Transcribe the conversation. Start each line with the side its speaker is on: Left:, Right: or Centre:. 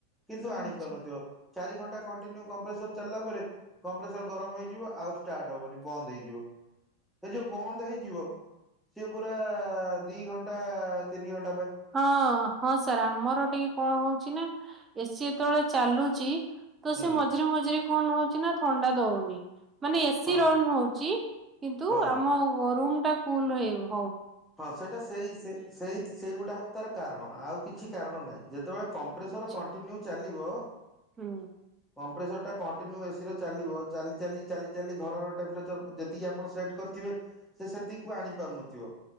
Centre: କିନ୍ତୁ ଆଣିବ।
Right: ଆଚ୍ଛା
Centre: <unintelligible> ଚାରି ଘଣ୍ଟା କଣ୍ଟିନ୍ୟୁ କମ୍ପ୍ରେସର ଚାଲିଲା ପରେ କମ୍ପ୍ରେସର ଗରମ ହେଇଯିବ ଆଉ ଷ୍ଟାର୍ଟ ହବନି ବନ୍ଦ ହେଇଯିବ ସେ ଯୋଉ ବନ୍ଦ ହେଇଯିବ ସେ ପୁରା ଦି ଘଣ୍ଟା ତିନି ଘଣ୍
Right: ହଁ ହଁ ସାର୍ ଆମର ଟିକେ କଣ ହଉଛି ନା ଏସି ଯେତେବେଳେ ଚାଲୁଛି। ତ
Centre: ହୁଁ
Right: ସେ ମଝିରେ ମଝିରେ କଣ ହଉଛି ନା ଥଣ୍ଡା ଦଉନି। ମାନେ ଏସି
Centre: ହଁ
Right: ରନ୍ ହଉଛି କିନ୍ତୁ
Centre: ହଁ
Right: ଆମ ରୁ ଟା କୁଲ ହେଇନି।
Centre: ହଁ ସେଇଟା ସେଇ ସେ ସେଇ ସେଇ ଗୁଟା ହଉଛି ତାର କାରଣ ଆଉ କିଛି କାରଣ ନାହିଁ ଯେତେବେଳେ କମ୍ପ୍ରେସର
Right: ଆଛା
Centre: କଣ୍ଟିନ୍ୟୁ ଚାଲି ଥିବ।
Right: ହୁଁ।
Centre: କମ୍ପ୍ରେସର ଟା କଣ୍ଟିନ୍ୟୁ ଏସି ଚାଲିବ ଚାଲି ଚାଲି ଚାଲି ଚାଲି ଘରର ଟେମ୍ପରେଚର ଯେତିକି ଆପଣ ସେଟ୍ କରିଥିବେ ସେ ସେତିକିକୁ ଆଣିପାରୁନଥିବ।